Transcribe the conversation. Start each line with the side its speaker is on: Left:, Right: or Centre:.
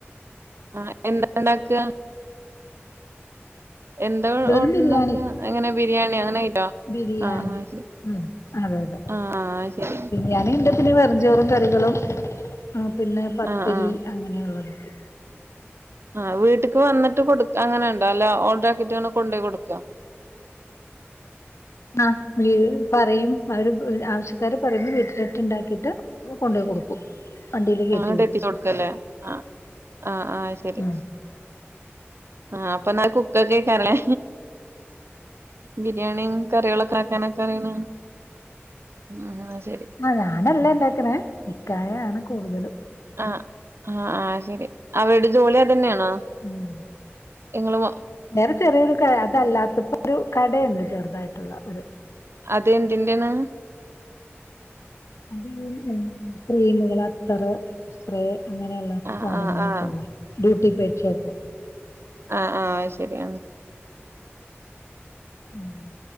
Right: ആഹാ എന്താണ്ടാക്ക? എന്താ
Left: കൂടുതലും
Right: ഓർഡർണ്ടാക്ക,
Left: ബിരിയാണി
Right: എങ്ങനെ ബിരിയാണി അങ്ങനെ ആട്ടോ,
Left: ബിരിയാണി
Right: ആഹാ ശരി.
Left: ഉം അതെ.
Right: ആഹ ശരി.
Left: ഞാനഎന്താ പിന്നെ വെറഞ്ചോറും, കറികളും പിന്നെ പത്തിരി,
Right: ആഹ് ആഹ്
Left: അങ്ങനെയുള്ളതൊക്കെ.
Right: ആഹ വീട്ടക്ക്ന്നിട്ട് കൊടുക്ക, അങ്ങനെണ്ട അല്ല ഓർഡർ ആക്കിട്ട് അങ്ങനെ കൊണ്ട് കൊടുക്കാം.
Left: ആഹാ പറയും, ആര് ആവശ്യക്കാര് പറയ്പ വീട്ടിലിട്ട്ണ്ടാക്കിട്ട്- കൊണ്ടോയി കൊടുക്കും. വണ്ടിയില് കേറ്റി
Right: ആടെ എത്തി കൊടുക്കല്ലേ ആഹ ആഹ് ആഹ് ശരി.
Left: വിടും
Right: ആപ്പ ആ കുക്ക കേ കരളേ. ബിരിയാണിയ കറികളൊക്കെ ആക്കാനൊക്കെ- പറയണ ഉം ആഹ ശരി.
Left: ആഹ ഞാനല്ല ഉണ്ടാക്കുന്ന- ഇക്കായാണ് കൂടുതലും.
Right: ആഹാ ആഹാ ആഹാ ശരി, അവരുടെ ജോലി അതന്നെയാണോ.
Left: ഉം.
Right: ങ്ങള്-
Left: നേറെ ചെറിയൊരു അതല്ലാത്തപ്പോ, ഒരു കടയുണ്ട് ചെറുതായിട്ടുള്ള ഒരു.
Right: അതെന്തിന്റെ.
Left: ആഹാ ക്രീമുകൾ അത്തർ സ്പ്രേ അങ്ങനെ, ള്ള
Right: ആഹ്
Left: സാധനങ്ങളൊക്കെള്ള
Right: ആഹ് ആഹ്
Left: ഡ്യൂട്ടി- പേഷോപ്പ്.
Right: ആഹ, ആഹ, ശരി.
Left: <inaudible>